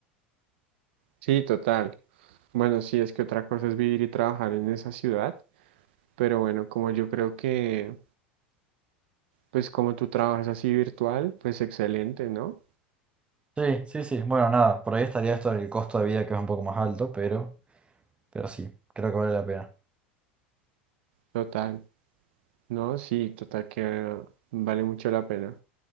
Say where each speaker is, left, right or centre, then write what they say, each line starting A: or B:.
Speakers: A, on the right; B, on the right.
A: Sí, total. Bueno, sí, es que otra cosa es vivir y trabajar en esa ciudad. Pero bueno, como yo creo que, pues como tu trabajo es así virtual, pues excelente, ¿no?
B: Sí, sí, sí. Bueno, nada, por ahí estaría esto del costo de vida que es un poco más alto, pero, pero sí, creo que vale la pena.
A: Total, ¿no? Sí, total que eh, vale mucho la pena.